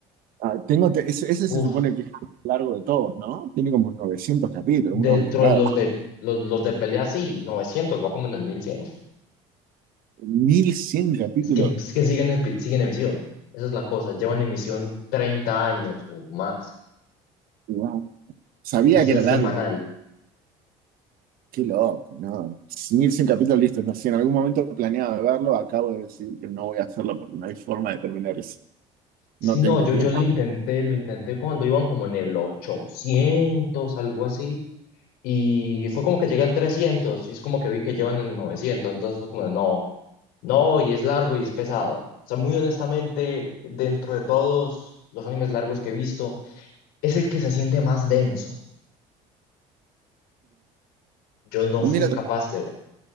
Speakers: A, on the right; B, on the left.
A: Ah, tengo te- ese, ese
B: Uf,
A: se supone que es el más largo de todos, ¿no? Tiene como 900 capítulos,
B: dentro
A: una burrada.
B: de los de, los, los de pelea, sí, 900 va como en el 1100.
A: mil cien capítulos.
B: Es que, es que siguen, epi- siguen emisión. Esa es la cosa. Llevan emisión 30 años o más.
A: Wow. Sabía
B: Y si
A: que era
B: es
A: largo,
B: semanal.
A: pero qué loco, ¿no? mil cien capítulos, listo. No, si en algún momento planeaba verlo, acabo de decir que no voy a hacerlo porque no hay forma de terminar eso.
B: Si
A: No tengo
B: no, yo,
A: tiempo.
B: yo lo intenté, lo intenté cuando iban como en el 800 algo así. Y fue como que llegué al trescientos Y es como que vi que llevan en el novecientos Entonces fue como, de, no, no, y es largo y es pesado. O sea, muy honestamente, dentro de todos los animes largos que he visto, es el que se siente más denso. Yo no
A: Ah,
B: fui
A: Mira,
B: capaz de ver.